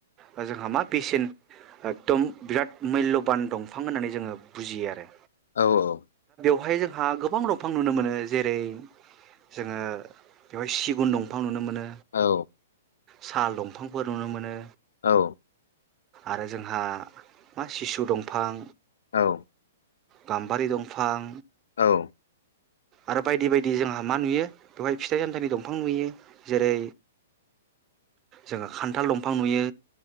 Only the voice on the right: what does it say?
ओ जोंहा मा बेसेन एकदम बिराद मुल्यबान दंफां होननानै जोङो बुजियो आरो।
हाय जोंहा गोबां दंफां नुनो मोनो जेरै जोङो बेवहाय सिगुन दंफां नुनो मोनो।
साल दंफांफोर नुनो मोनो।
आरो जोंहा मा सिसु दंफां
गाम्बारि दंफां
आरो बायदि बायदि जोंहा मा नुयो बेवहाय फिथाइ सामथाइनि दंफां नुयो जेरै जोङो खान्थाल दंफां नुयो